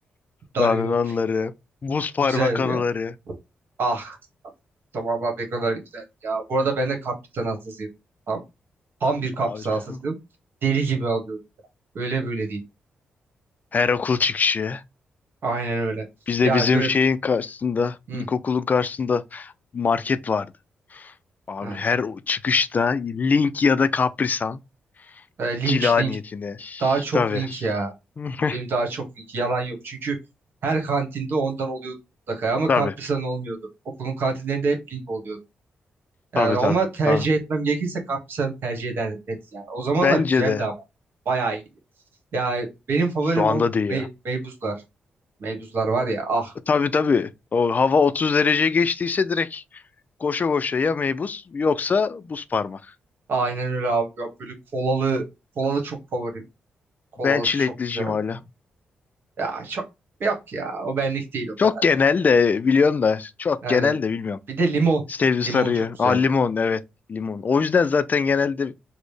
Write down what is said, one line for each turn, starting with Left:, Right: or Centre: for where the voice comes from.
Right: Danilo.
Left: Danone anıları, buz parmak
Right: Güzel
Left: anıları.
Right: ya. Ah. zamanlar ne kadar güzel ya. Bu arada
Left: Hı.
Right: ben de kaptan hastasıyım. Tam, tam bir kaptan
Left: Abi, şu-
Right: hastasıyım. Deli gibi alıyorum. Öyle böyle değil.
Left: her okul çıkışı.
Right: Aynen öyle.
Left: Bize
Right: Ya
Left: bizim
Right: böyle
Left: şeyin karşısında,
Right: hı,
Left: ilkokulun karşısında market vardı. Abi
Right: ha.
Left: her o çıkışta Link ya da kaprisan
Right: E, link
Left: cila
Right: link.
Left: niyetine.
Right: Daha çok
Left: Tabii.
Right: link ya.
Left: <laughs>
Right: Benim daha çok link. Yalan yok. Çünkü her kantinde ondan oluyordu mutlaka. Ama
Left: Tabii,
Right: Kaprisa'nın olmuyordu. Okulun kantinlerinde hep link oluyordu. Yani
Left: tabii,
Right: ama
Left: tabii,
Right: tercih
Left: tabii.
Right: etmem gerekirse Kaptisan'ı tercih ederdim net yani. O zamanlar
Left: Bence
Right: güzeldi
Left: de
Right: ama. Bayağı iyiydi. Ya benim favorim
Left: şu anda
Right: o
Left: değil
Right: Bey-
Left: ya.
Right: Meybuzlar. Meybuzlar var ya ah.
Left: Tabii tabii. O hava 30 derece geçtiyse direkt koşa koşa ya meybuz yoksa buz parmak.
Right: Aynen öyle abi. Ya böyle kolalı kolalı çok favorim. Kolalısı
Left: Ben çilekliciyim
Right: çok güzel.
Left: hala.
Right: Ya çok yok ya. O benlik değil o kadar.
Left: Çok genel de biliyorum da çok
Right: Yani
Left: genel de bilmiyorum.
Right: bir de limon.
Left: Sevdi sarıyı.
Right: Limon çok güzel.
Left: Aa limon evet limon. O yüzden zaten genelde